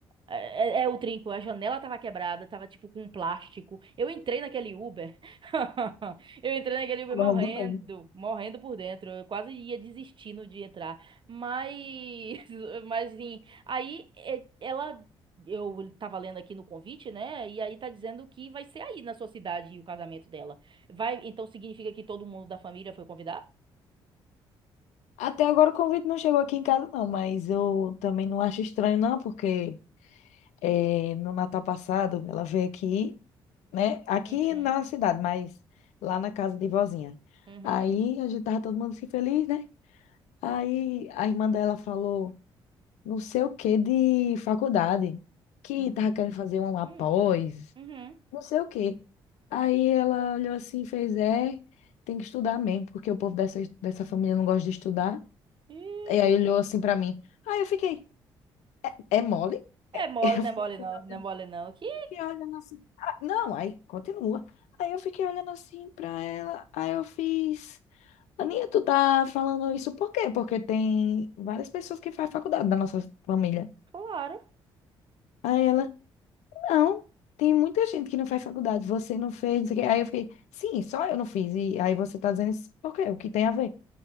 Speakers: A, on the right (about 40°); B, on the left (about 65°).
A: É, é é o trinco, a janela tava quebrada, tava tipo com plástico. Eu entrei naquele Uber. <laughs> Eu entrei naquele Uber
B: pulo
A: morrendo,
B: do meio.
A: morrendo por dentro. Eu quase ia desistindo de entrar. Mas, <laughs> mas enfim, aí é, ela. Eu tava lendo aqui no convite, né? E aí tá dizendo que vai ser aí na sua cidade o casamento dela. Vai, então significa que todo mundo da família foi convidado?
B: Até agora o convite não chegou aqui em casa, não, mas eu também não acho estranho, não, porque eh, no Natal passado ela veio aqui, né? Aqui
A: Uhum,
B: na cidade, mas lá na casa de vozinha.
A: uhum,
B: Aí a gente tava todo mundo assim feliz, né? Aí a irmã dela falou, não sei o que de faculdade, que
A: uhum,
B: tava querendo fazer uma
A: uhum,
B: pós,
A: uhum.
B: não sei o que. Aí ela olhou assim e fez, é, tem que estudar mesmo, porque o povo dessa, dessa família não gosta de estudar.
A: Ih,
B: E aí olhou assim pra mim. Aí eu fiquei, é mole?
A: É
B: É-
A: mole,
B: <laughs> Eu
A: não
B: fiquei,
A: é mole não, não é mole não. Que,
B: fiquei olhando assim. "Ah, não, aí continua. Aí eu fiquei olhando assim pra ela. Aí eu fiz. Aninha, tu tá falando isso por quê? Porque tem várias pessoas que fazem faculdade da nossa família.
A: claro.
B: Aí ela, não, tem muita gente que não faz faculdade, você não fez, não sei o quê. Aí eu fiquei, sim, só eu não fiz. E aí você tá dizendo isso por quê? O que tem a ver?